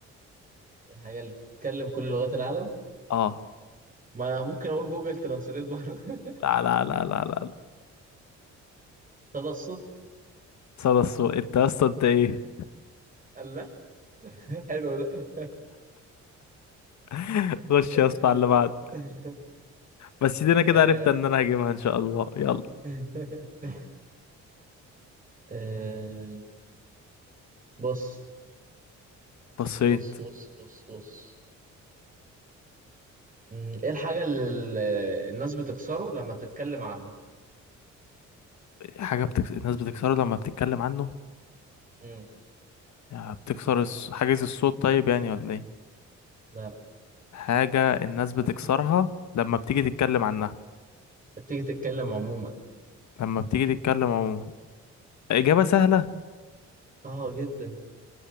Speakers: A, on the right; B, on the left.
A: الحاجه اللي بتتكلم كل لغات العالم
B: اه
A: ما أنا ممكن اقول جوجل ترانسليت برضه <laughs>
B: لا لا لا لا لا
A: صدى الصوت
B: صدى الصوت انت يا اسطى انت ايه
A: الله <laughs> حلو ده
B: <laughs> خش
A: <laughs>
B: يا اسطى على اللي بعد بس دي انا كده
A: آه.
B: عرفت ان انا هجيبها ان شاء الله يلا
A: <laughs> آه. بص
B: بصيت
A: بص بص بص بص مم. ايه الحاجة اللي ال- الناس بتكسره لما بتتكلم عنه
B: حاجة بتكس... الناس بتكسره لما بتتكلم عنه
A: مم.
B: يعني بتكسر الص- حاجز الصوت طيب يعني ولا ايه
A: لا
B: حاجة الناس بتكسرها لما بتيجي تتكلم عنها
A: بتيجي تتكلم عموما
B: لما بتيجي تتكلم عموما إجابة سهلة
A: اه جدا